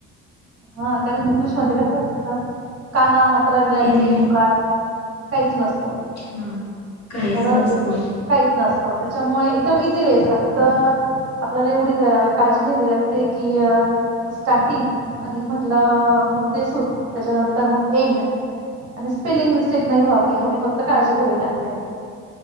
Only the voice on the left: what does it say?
इंग्लिश
हा. काहीच
नसतो